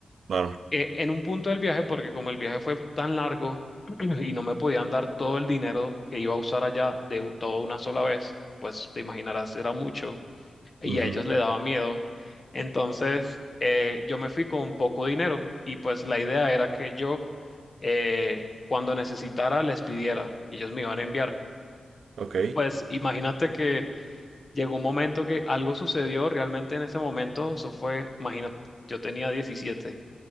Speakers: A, on the right; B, on the left.
A: Claro.
B: Eh, en un punto del viaje, porque como el viaje fue tan largo <clears throat> y no me podían dar todo el dinero que iba a usar allá de u- todo una sola vez, pues te imaginarás, era mucho y
A: Ujú.
B: a ellos le daba miedo. Entonces, eh, yo me fui con poco dinero y pues la idea era que yo, eh, cuando necesitara, les pidiera y ellos me iban a enviar.
A: Ok.
B: Pues imagínate que llegó un momento que algo sucedió realmente en ese momento, eso fue, imagínate, yo tenía diecisiete